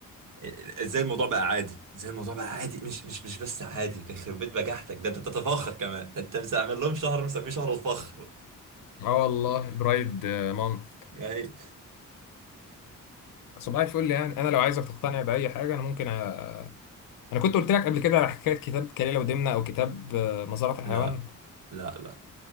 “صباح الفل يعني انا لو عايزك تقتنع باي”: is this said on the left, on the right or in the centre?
Left